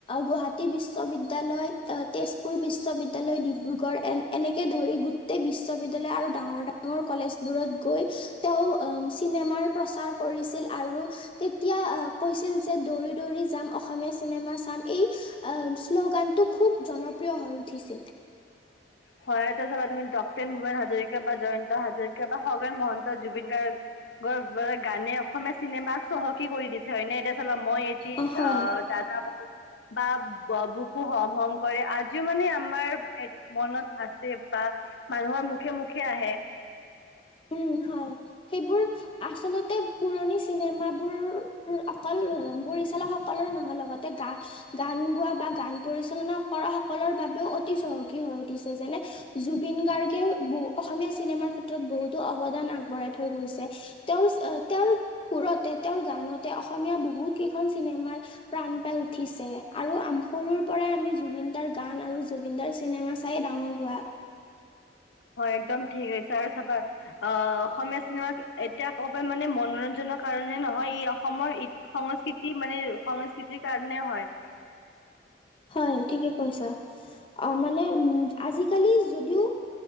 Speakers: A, on the left; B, on the left.
A: গুৱাহাটী বিশ্ববিদ্যলয় তেজপুৰ বিশ্ববিদ্যলয় ডিব্ৰুগড় এ এনে ধৰি গোটেই বি বিশ্ববিদ্যালয় আৰু ডাঙৰ ডাঙৰ কলেজবোৰত গৈ তেওঁ চিনেমাৰ প্ৰচাৰ কৰিছিল আৰু তেতিয়া কৈছিল যে দৌৰি দৌৰি যাম অসমীয়া চিনেমা চাম এই শ্লোগানটো খুব জনপ্ৰিয় হৈ উঠিছিল
B: হয় এটা চাবা তুমি ডক্টেন ভূপেন হাজৰিকা বা জয়ন্ত হাজৰিকা বা খগেন মহন্ত জুবিন গাৰ্গ গানে অসমীয়া চিনেমাক চহকী কৰি দিছে হৈ নে এতিয়া চলাবা মই এটি
A: অ, হয়
B: আহ দাদা বু বা বুকো হম হম কৰে আজিও মানে আমাৰ মনত আছে বা মানুহৰ মুখে মুখে আহে
A: উম হয় সেইবোৰ আচলতে পুৰণি চিনেমাবোৰ অকল পৰিচালক সকলৰে নহয় লগতে গা গান গোৱা বা গান পৰিচালনা কৰা সকলৰ বাবেও অতি চহকী হৈ উঠিছে যেনে জুবিন গাৰ্গে অসমীয়া চিনেমাৰ ক্ষেত্ৰত বহুতো অৱদান আগবঢ়াই থৈ গৈছে তেওঁৰ তেওঁৰ সুৰতে তেওঁৰ গানতে অসমীয়া বহুত কেইখন চিনেমাৰ প্ৰাণ পাই উঠিছে আৰু সৰুৰ পৰাই আমি জুবিনদাৰ গান আৰু জুবিনদাৰ চিনেমা চাই ডাঙৰ হোৱা।
B: হয় একদম ঠিকছে আৰু চাবা অ', অসমীয়া চিনেমা এতিয়া কব মানে মনোৰঞ্জনক কাৰণে নহয় ই অসমৰ ই সংস্কৃতি মানে সংস্কৃতিৰ কাৰণে হয়।
A: হয় ঠিকে কৈছা অ', মানে উম আজিকালি যদিও